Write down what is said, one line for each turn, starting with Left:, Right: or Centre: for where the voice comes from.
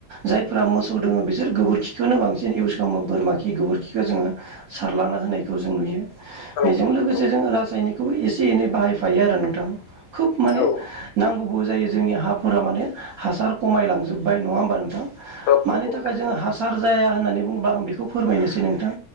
Right: जायफोरा मोसौ दोङो बिसोर गोबोरखिखौनो बांसिन इउस खालामो बोरमा खि गोबोरखिखौ जोङो सारलाना होनायखौ जों नुयो।
Left: औ
Right: बेजों
Left: नोंथां
Right: लोगोसे जों रासायनिकखौबो एसे एनै बाहायफायो आरो नोंथां खोब माने
Left: औ
Right: नांगौबो जायो जोंनि हाफोरा माने हासार खमायलांजोबबाय नङा होमबा नोंथां?
Left: औ
Right: मानि
Left: नंगौ नोंथां
Right: थाखाय जोङो
Left: नंगौ
Right: हासार जाया होननानै बुंबा आं बेखौ बेखौ फोरमायनोसै नोंथां।